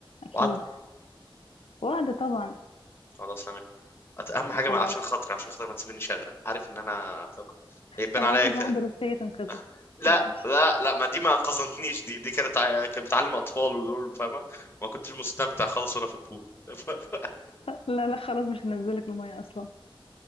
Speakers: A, on the left; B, on the left.
A: اكيد
B: وعد
A: وعد طبعا
B: خلاص تمام أت- اهم حاجه
A: خلاص
B: ما- عشان خاطري عشان خاطر ما تسيبنيش اغرق عارف ان انا فاهم؟ هيبان
A: هبعت
B: عليا
A: لك
B: كده
A: واحدة روسية تنقذك
B: أه؟
A: ما
B: لا
A: تقلقش
B: لا لا ما دي ما انقذتنيش دي دي كانت ع- كانت بتعلم اطفال ودول فاهمه ما كنتش مستمتع خالص وانا في البول <laughs>
A: لا لا خلاص مش هنزلك المية اصلا